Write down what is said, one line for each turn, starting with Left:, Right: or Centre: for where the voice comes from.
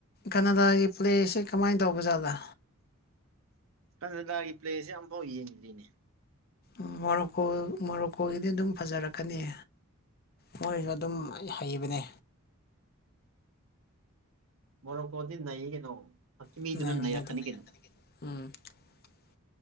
Left: ꯀꯅꯥꯗꯥꯒꯤ ꯄ꯭ꯂꯦꯁꯤ ꯀꯃꯥꯏꯅ ꯇꯧꯕ ꯖꯥꯠꯂ꯫
Right: ꯀꯅꯥꯗꯥꯒꯤ ꯄ꯭ꯂꯦꯁꯦ ꯑꯃꯝꯐꯥꯎ ꯌꯦꯡꯗꯔꯤꯅꯦ꯫
Left: ꯝ ꯃꯣꯔꯣꯛꯀꯣ ꯃꯣꯔꯣꯛꯀꯣꯒꯤꯗꯤ ꯑꯗꯨꯝ ꯐꯖꯔꯛꯀꯅꯤ ꯃꯣꯏꯁꯨ ꯑꯗꯨꯝ ꯍꯩꯕꯅꯦ꯫
Right: ꯃꯣꯔꯣꯀꯣꯗꯤ ꯅꯩꯌꯦ ꯀꯩꯅꯣ꯫ ꯍꯛꯀꯤꯃꯤꯗꯨꯅ
Left: <inaudible>
Right: ꯅꯩꯔꯛꯀꯅꯤ ꯀꯩꯅꯣ